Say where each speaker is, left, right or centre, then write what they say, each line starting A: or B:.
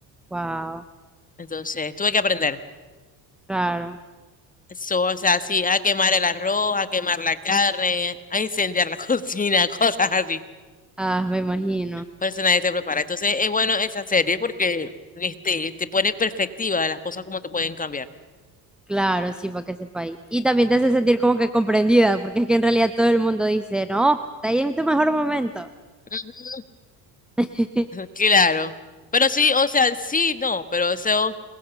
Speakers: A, in the centre; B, on the left.
A: wow,
B: Entonces, tuve que aprender.
A: claro.
B: So, o sea, sí, a quemar el arroz, a quemar la carne, a incendiar la <laughs> cocina, cosas así.
A: Ah, me imagino.
B: Por eso nadie te prepara. Entonces, es bueno esa serie porque este, te pone en perspectiva de las cosas como te pueden cambiar.
A: Claro, sí, para que sepa ahí. Y también te hace sentir como que comprendida, porque es que en realidad todo el mundo dice, no, está ahí en tu mejor momento.
B: <laughs>
A: <laughs>
B: Claro. Pero sí, o sea, sí, no, pero eso,